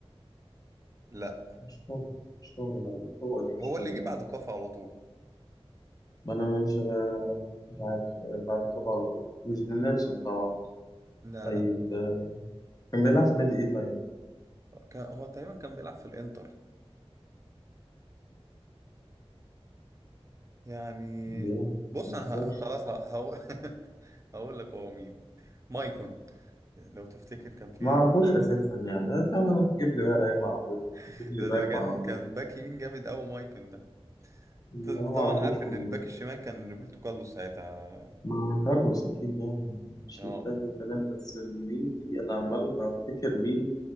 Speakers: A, on the right; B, on the left.
A: لا
B: مش فاهم مش فاهم والله هو دي
A: هو
B: شوية
A: اللي جه بعد كافو على طول
B: ما أنا مش أنا مش عارف آه، بعد كده على طول مش دي نيلسون طبعا
A: لا
B: طيب
A: لا
B: آه، كان بيلعب في نادي إيه طيب؟
A: كان هو تقريبا كان بيلعب في الانتر يعني
B: كان بيلعب في
A: بص
B: الإنتر
A: انا ه- خلاص ه- هقول <laughs> هقول لك هو مين مايكون لو تفتكر كان في
B: ما أعرفوش أساسا يعني أنا تجيب لي بقى لعيب ما أعرفوش
A: <laughs>
B: تجيب لي
A: ده
B: باك
A: ده كان
B: ما أعرفوش
A: كان باك يمين جامد قوي مايكون ده
B: لا
A: انت
B: ما
A: طبعا
B: أعرفوش
A: عارف ان
B: والله
A: الباك الشمال كان روبرتو كارلوس ساعتها
B: مع كارلوس أكيد يعني مش
A: اه
B: محتاج الكلام بس اليمين دي أنا عمال بفتكر مين